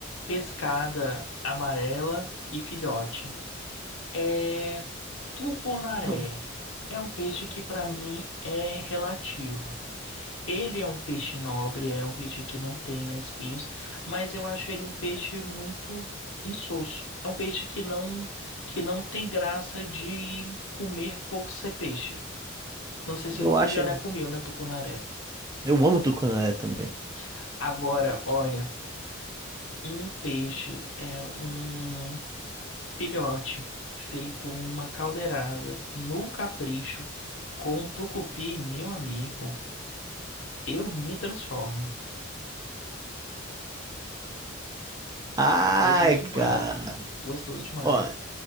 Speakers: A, on the left (about 75°); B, on the right (about 15°).
A: Pescada amarela e filhote. É tucunaré.
B: hum,
A: É um peixe que para mim é relativo. Ele é um peixe nobre, é um peixe que não tem, né, espinhos, mas eu acho ele um peixe muito insosso. É um peixe que não que não tem graça de comer por ser peixe. Não sei se
B: Eu
A: você
B: acho.
A: já comeu, né, tucunaré?
B: Eu amo tucunaré também.
A: É. Agora, olha, um peixe é um filhote feito uma caldeirada no capricho com tucupi, meu amigo. Eu me transformo.
B: Ai,
A: Gostoso demais.
B: cara.
A: Gostoso demais.
B: Ó,